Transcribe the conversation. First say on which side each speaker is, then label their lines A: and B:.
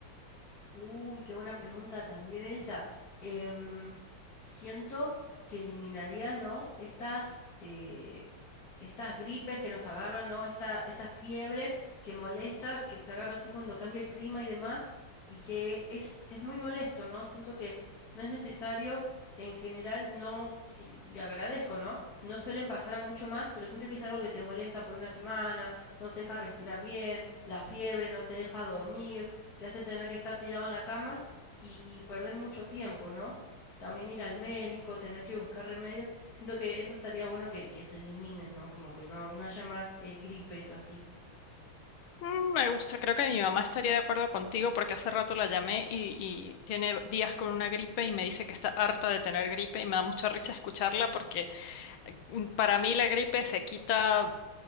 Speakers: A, on the left (about 45°); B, on the left (about 75°).
A: Uy, qué buena pregunta también esa. Em, siento que eliminaría, ¿no? Estas, eh, estas gripes que nos agarran, ¿no? Esta, esta fiebre que molesta, que te agarra así cuando cambia el clima y demás, y que es, es muy molesto, ¿no? Siento que no es necesario, en general, no, y, y agradezco, ¿no? No suelen pasar a mucho más, pero siento que es algo que te molesta por una semana, no te deja respirar bien, la fiebre no te deja dormir te hace tener que estar tirado en la cama y, y perder mucho tiempo, ¿no? También ir al médico, tener que buscar remedios. Siento que eso estaría bueno que, que se eliminen, ¿no? Como que no, no haya más eh, gripes así.
B: Mm, me gusta, creo que mi mamá estaría de acuerdo contigo porque hace rato la llamé y, y tiene días con una gripe y me dice que está harta de tener gripe y me da mucha risa escucharla porque... Para mí la gripe se quita,